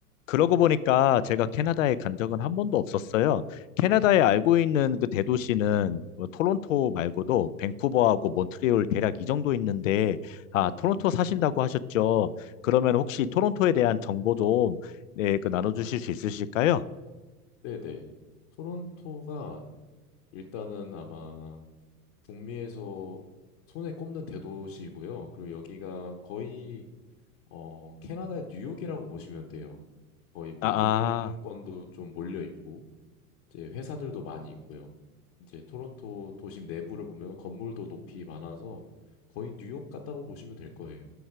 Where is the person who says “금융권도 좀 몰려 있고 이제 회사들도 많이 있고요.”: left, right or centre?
Left